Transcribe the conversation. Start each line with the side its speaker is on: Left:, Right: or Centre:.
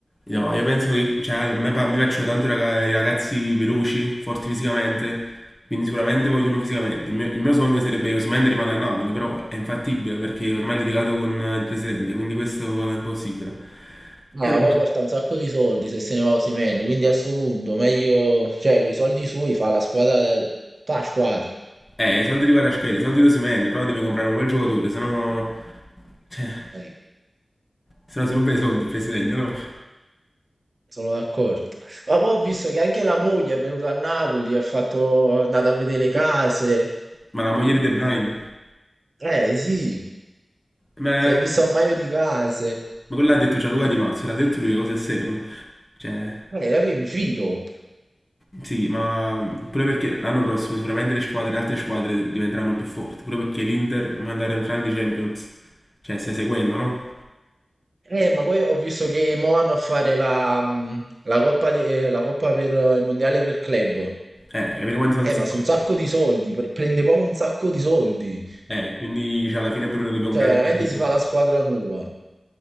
Left: No, io penso che cioè, a me pa- mi piacciono tanto i raga- i ragazzi veloci, forti fisicamente, quindi sicuramente voglio uno fisicamente. Il mio, il mio sogno sarebbe che Osimhen rimane a Napoli, però è infattibile perché ormai è litigato con eh, il presidente, quindi questo è impossibile.
Right: Eh,
Left: Però
Right: ma poi porta un sacco di soldi se se ne va Osimhen, quindi a sto punto meglio, cioè, con i soldi sui fa la squadra, del- fa la squadra.
Left: Eh, i soldi di Kvaratskhelia, i soldi di Osimhen, però deve comprare un bel giocatore, sennò... Cioè,
Right: Eh.
Left: sennò si ruba i soldi il presidente, no?
Right: Sono d'accordo. Ma poi ho visto che anche la moglie è venuta a Napoli, ha fatto, è andata a vedere le case.
Left: Ma la moglie di De Bruyne,
Right: Eh sì,
Left: ma, ma
Right: si è vista un paio di case.
Left: quello l'ha detto Gianluca Di Marzio, l'ha detto lui, le cose serie. Cioè,
Right: Eh, capì? Mi fido.
Left: sì, ma pure perché l'anno prossimo sicuramente le squadre, le altre squadre diventeranno più forti, pure perché l'Inter va ad andare in finale di Champions. Cioè, stai seguendo, no?
Right: Eh, ma poi ho visto che mo vanno a fare la, mh, la coppa, de- la coppa per eh, il mondiale per club.
Left: Eh, capito quanto soldi
Right: Eh,
Left: si
Right: ma
Left: fa?
Right: su un sacco di soldi, pre- prende proprio un sacco di soldi.
Left: Eh, quindi cioè, alla fine pure noi dobbiamo
Right: Cioè,
Left: comprare
Right: veramente
Left: tutto.
Right: si fa la squadra nuova.